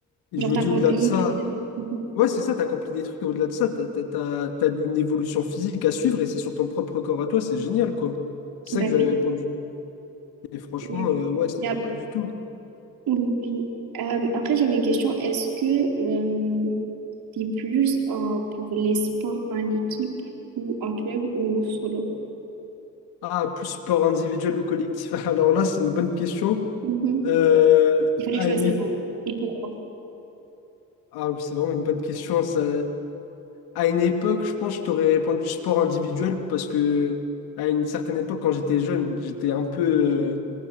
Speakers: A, on the left; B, on the right.
A: Et
B: Genre,
A: je lui
B: t'accomplis
A: ai dit, au-delà de ça,
B: plus de... Mhm.
A: ouais, c'est ça, t'as accompli des trucs. et Au-delà de ça, t'as, t'as, t'as- t'as une évolution physique à suivre et c'est sur ton propre corps à toi, c'est génial, quoi. C'est
B: Ben
A: ça que je lui
B: oui,
A: ai répondu. Et franchement,
B: oui, oui.
A: euh, ouais, c'était
B: Il Y
A: pas
B: a-
A: mal du tout.
B: oui, oui. Euh, après, j'avais une question. Est-ce que euh, t'es plus euh, pour les sports en équipe ou en club ou solo?
A: Ah, plus sport individuel ou collectif? <laughs> Alors là, c'est une bonne question.
B: Mhm.
A: Euh,
B: Il fallait
A: à
B: choisir
A: une ép-
B: un. Et pourquoi?
A: Ah, oui, c'est vraiment une bonne question. Ça... À une époque, je pense que je t'aurais répondu sport individuel parce que à une certaine époque, quand j'étais jeune, j'étais un peu, euh,